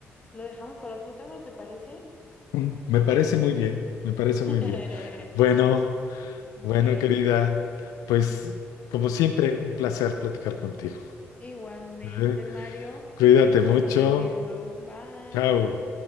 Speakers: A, on the left; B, on the left.
A: lo dejamos para otro tema, ¿te parece?
B: Mm, Me parece muy bien, me parece
A: <laughs>
B: muy bien. Bueno,
A: Ok.
B: bueno, querida, pues como siempre, un placer platicar contigo.
A: Igualmente,
B: ¿eh?
A: Mario.
B: Cuídate
A: Ahí nos
B: mucho.
A: estamos viendo. Bye.
B: Chao.